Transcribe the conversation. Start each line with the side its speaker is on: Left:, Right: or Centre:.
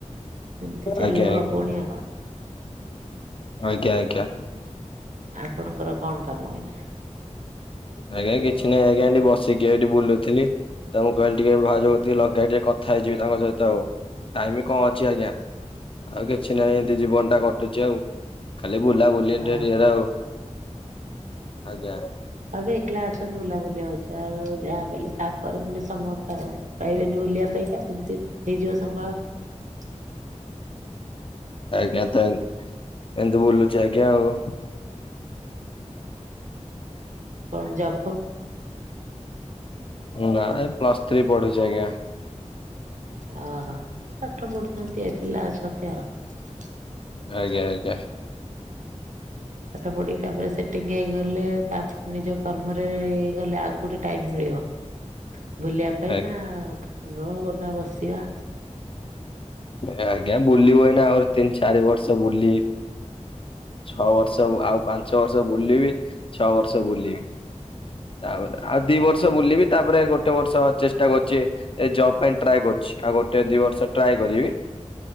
Right: ଏମିତି ଚାଲିବ
Left: ଆଜ୍ଞା ଆଜ୍ଞା
Right: ଆଉ ପୁଣି ଆଉ।
Left: ଆଜ୍ଞା ଆଜ୍ଞା।
Right: ଆପଣଙ୍କର କଣ କାମ ଏଇନା?
Left: ଆଜ୍ଞା କିଛି ନାହିଁ ଆଜ୍ଞା ଏଠି ବସିକି ଏଠି ବୁଲୁଥିଲି ତ ମୁଁ କହିଲି ଟିକେ ଭାଉଜ କତିକି ଲଗାଏ ଟିକେ କଥା ହେଇଯିବି ତାଙ୍କ ସହ ତ ଟାଇମ ବି କଣ ଅଛି ଆଜ୍ଞା ଆଉ କିଛି ନାହିଁ ଏନତି ଜୀବନ ଟା କଟୁଛି ଆଉ। ଖାଲି ବୁଲା ବୁଲି <unintelligible>
Right: ଓହୋ
Left: ଆଉ ଆଜ୍ଞା।
Right: ଏବେ ଏକଲା ଅଛନ୍ତି ବୁଲାବୁଲି ହଉଛି। ଆଉ ଯାହାବି ହେଲେ ତାପରେ ପୁଣି ସମୟ ପା ପାଇବେନି ବୁଲିବା ପାଇଁକା ଏମତି ହେଇଯିବ ସମୟ। ହ
Left: ଆଜ୍ଞା ତାହେଲେ ଏନ୍ତି ବୋଲୁଛି ଆଜ୍ଞା ଆ।
Right: କଣ ଜବ?
Left: ନା ଏ ପ୍ଲସ ଥ୍ରୀ ପଢୁଚି ଆଜ୍ଞା।
Right: ଓହୋ ପାଠ ପଢୁଛନ୍ତି ଏ ପିଲା ଅଛନ୍ତି ଆଉ।
Left: ଆଜ୍ଞା ଆଜ୍ଞା।
Right: ପାଠ ପଢିକି ତାପରେ ସେଟିଙ୍ଗ ହେଇଗଲେ ତାପରେ ନିଜ କର୍ମରେ ହେଇଗଲେ ଆଉ କୋଉଠି ଟାଇମ୍ ମିଳିବ। ବୁଲିବା ପାଇଁ
Left: ଆଜ୍ଞା
Right: ନା ରହ ନା ବସିବା।
Left: ଆଜ୍ଞା ବୁଲିିବୁ ଏନା ଆହୁରି ତିନି ଚାରି ବର୍ଷ ବୁଲି ଛଅ ବର୍ଷ ଆଉ ପାଞ୍ଚ ବର୍ଷ ବୁଲିବି ଛଅ ବର୍ଷ ବୁଲିବି। ତାପରେ ଆଉ ଦି ବର୍ଷ ବୁଲିବି ତାପରେ ଗୋଟେ ବର୍ଷ ଚେଷ୍ଟା କରୁ ଯେ ଏ ଜବ ପାଇଁ ଟ୍ରାଏ କରୁଛି ଆଉ ଗୋଟେ ଦି ବର୍ଷ ଟ୍ରାଏ କରିବି।